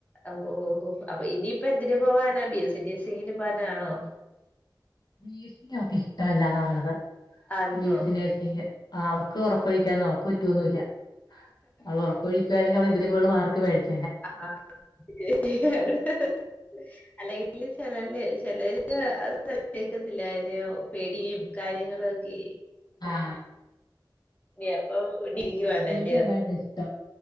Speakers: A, on the left (about 15°); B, on the left (about 55°).
A: ഓ ഓ ഓ അപ്പൊ ഇനി ഇപ്പൊ എന്തിന് പോവാനാ ബി എസ് സി നഴ്സ് തീരുമാനം ആണോ
B: നഴ്സിംഗ് ഓക്ക് ഇഷ്ടല്ലാന്നാ പറയണത്
A: ആൽമോ
B: ബി എസ് സി നേഴസിങ്ങ് ആ അവക്ക് ഉറക്കൊഴിക്കാനൊന്നും
A: ആ.
B: അവക്ക് പറ്റൊന്നുമില്ല അവള് ഉറക്കവോഴിക്കുവരുന്നേൽ അവള് ഇതിലും വല്യ ഏറ്റവും കൂടുള് മാർക്ക്‌ മേടിച
A: ആ ഏഹ് <unintelligible> അല്ലെ ച ലേല് ചെലര് അത് കേക്കത്തില്ലഓ പേടിയും കാര്യങ്ങളും ഒക്കെ
B: ആ
A: ഇല്ല അപ്പം ഇടിരിക്കുവാണല്ല്യോ
B: സൈക്കോളജി ആവാനാ ഇഷ്ടം